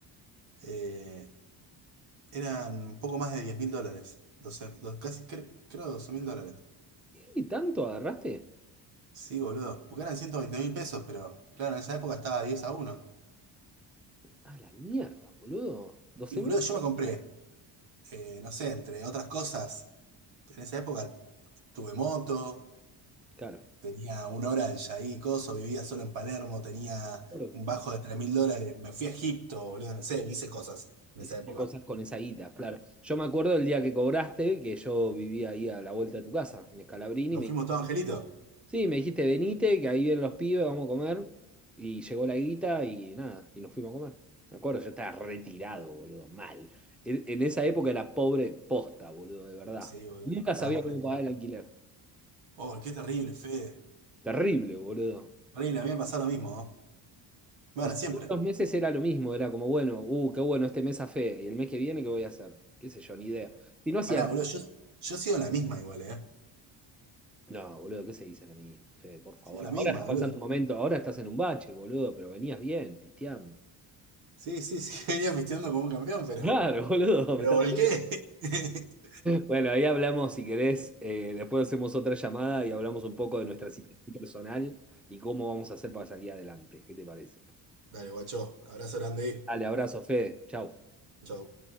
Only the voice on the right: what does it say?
eh, eran un poco más de diez mil dólares. doce, do- casi cre- creo 12 mil dólares.
Sí, boludo, porque eran ciento veinte mil pesos, pero claro, en esa época estaba 10 a uno.
Y boludo,
yo me compré, eh, no sé, entre otras cosas, en esa época tuve moto,
tenía un Orange ahí, coso, vivía solo en Palermo, tenía
un bajo de tres mil dólares, me fui a Egipto, boludo, no sé, hice cosas en
esa época.
¿Nos
fuimos todos, Angelito?
Sí, boludo,
estábamos
retirados.
Oh, qué terrible, Fede.
Terrible, a mí me pasó lo mismo, ¿no? Bueno,
siempre.
Pará,
boludo, yo, yo sigo en la misma igual, ¿eh?
Sigo en la misma,
boludo.
Sí, sí, sí, <laughs> venía pisteando como un campeón, pero...
Pero
volqué. <laughs>
Dale, guacho. Abrazo grande.
Chau.